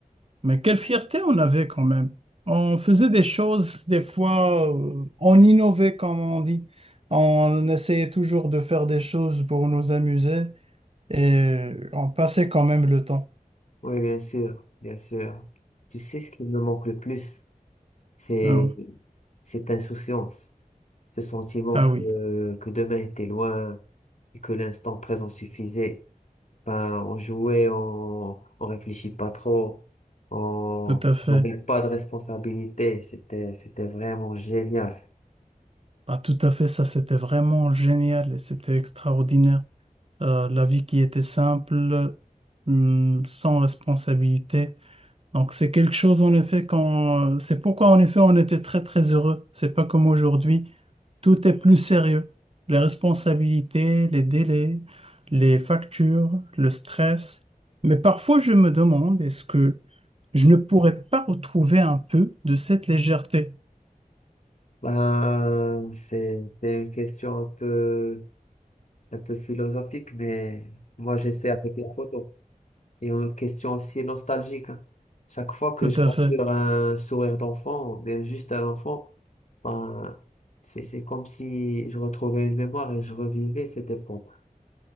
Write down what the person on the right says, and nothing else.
Mais quelle fierté on avait quand même. On faisait des choses, des fois, euh, on innovait, comme on dit. On essayait toujours de faire des choses pour nous amuser. et on passait quand même le temps.
Ah oui.
ah
oui,
tout à fait.
Ah, tout à fait, ça c'était vraiment génial et c'était extraordinaire. Euh, la vie qui était simple, hum, sans responsabilité. Donc c'est quelque chose en effet quand c'est pourquoi en effet on était très très heureux. C'est pas comme aujourd'hui Tout est plus sérieux. Les responsabilités, les délais, les factures, le stress. Mais parfois, je me demande, est-ce que je ne pourrais pas retrouver un peu de cette légèreté?
Tout
à fait.